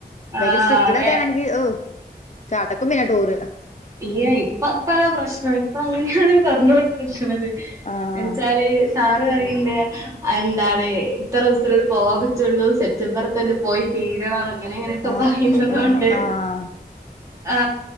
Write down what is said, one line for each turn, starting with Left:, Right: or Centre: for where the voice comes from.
Left: ഭയങ്കര
Right: ആഹ്
Left: സ്ട്രിക്റ്റ്ലോക്കാണെങ്കി
Right: അതെ
Left: ഓ. ചടക്കും പിന്നെ ടൂറ്.
Right: ഇല്ല്യ ഇപ്പ ഇപ്പഴ പ്രശ്നം ഇപ്പ അങ്ങനെയാണ് പറഞ്ഞോണ്ട് നിക്ക്ണത്.
Left: ആഹ്
Right: എൻച്ചാല് സാറ് പറിയിണ്ട് എന്താണ് ഇത്ര ദിവസത്തിനുള്ളിൽ പോവാൻ പറ്റൊള്ളൂ സെപറ്റംബറിൽ തന്നെ പോയി തീരണം അങ്ങനെ ങ്ങനെയൊക്കെ
Left: ആഹ്
Right: പറയുന്നുന്നതോണ്ട്
Left: ആഹ് ആഹ്
Right: ആ.